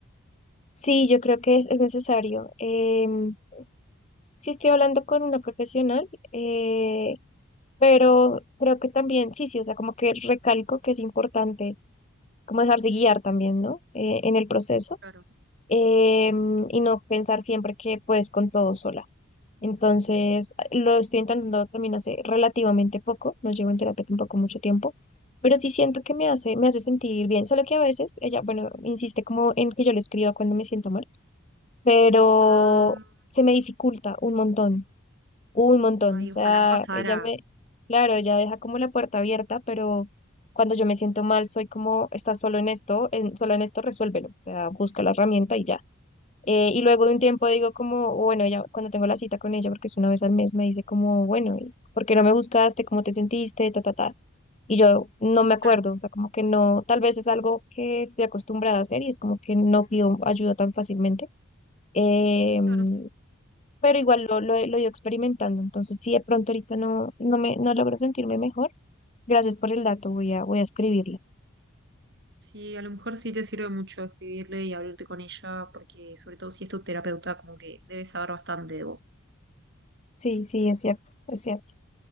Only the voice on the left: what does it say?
Sí, yo creo que es, es necesario. em, sí estoy hablando con una profesional, eh, pero creo que también, sí, sí, o sea, como que recalco que es importante como dejarse guiar también, ¿no? Eh, en el proceso
eh, y no pensar siempre que puedes con todo sola. Entonces, lo estoy intentando también hace relativamente poco, no llevo en terapia tampoco mucho tiempo, pero sí siento que me hace, me hace sentir bien, solo que a veces ella, bueno, insiste como en que yo le escriba cuando me siento mal, pero
se me dificulta un montón un montón,
o sea,
ella me, claro, ella deja como la puerta abierta, pero cuando yo me siento mal, soy como, estás solo en esto, en, solo en esto, resuélvelo, o sea, busca la herramienta y ya. Eh, y luego de un tiempo digo como, bueno, ella, cuando tengo la cita con ella, porque es una vez al mes, me dice como, bueno, ¿y ¿por qué no me buscaste? ¿Cómo te sentiste? Ta, ta, ta. Y yo no me acuerdo,
o sea, como que no, tal vez es algo que estoy acostumbrada a hacer y es como que no pido ayuda tan fácilmente. Em,
pero igual lo, lo, he lo he ido experimentando. Entonces, si de pronto ahorita no, no me no logro sentirme mejor, gracias por el dato, voy a, voy a escribirle.
Sí, sí, es cierto, es cierto.